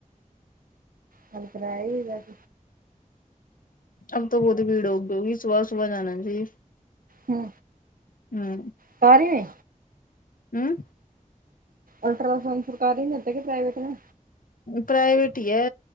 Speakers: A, on the right; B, on the left.
A: کل کرا ہی بج
B: اب تو بہت ہی بھیڑ ہوگئی ہوگی صبح صبح جانا چاہیے
A: ہوں
B: ہوں
A: سرکاری میں
B: ہوں
A: الٹراساؤنڈ سرکاری میں کرتے کے پرائیوٹ میں
B: پرائیوٹ ہی ہے